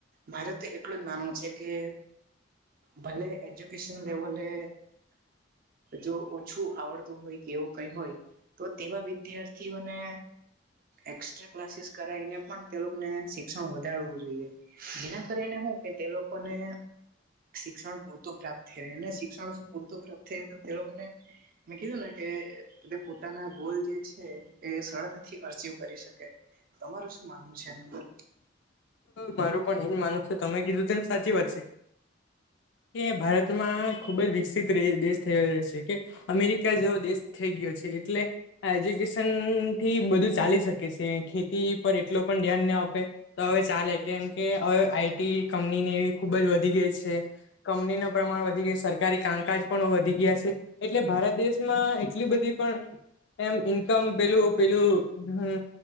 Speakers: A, on the right; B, on the left.
A: ભારતે એટલું જ માનવું છે કે ભલે એજ્યુકેશન લેવલે. જો ઓછું આવડતું હોય કે એવું કઈ હોય. તો તેવા વિદ્યાર્થીઓને એક્સ્ટ્રા ક્લાસીસ કરીને પણ તે લોકોને શિક્ષણ વધારવું જેના કરીને હોય કે તે લોકોને શિક્ષણ પૂરતું પ્રાપ્ત થઈ રહે અને શિક્ષણ શ પૂરતું પ્રાપ્ત થઈ તો તે લોકોને મે કીઘુ ને કે. પોતાના ગોલ જે છે એ સરળતાથી અચિવ કરી શકે. તમારું શું માનવું છે અંદર
B: મારું પણ એ જ માનુસ છે તમે કીધું તો એમ સાચી વાત છે. કે ભારતમાં ખુબ જ વિકસિત દેશ થય છે કે અમેરિકા જેવો દેશ થઈ ગયો છે એટલે એજ્યુકેશન થી બધું ચાલી શકે છે ખેતી પર એટલો પણ ધ્યાન ના આપે. તો હવે ચાલે કેમ કે હવે આઈટી કંપનીની એવી ખુબ જ વધી ગઈ છે. કંપની ન પ્રમાણ વધી ગય સરકારી કામકાજ પણ વધી ગયા છે. એટલે ભારત દેશમાં એટલી બધી પણ એમ ઇન્કમ પેલું પેલું હમ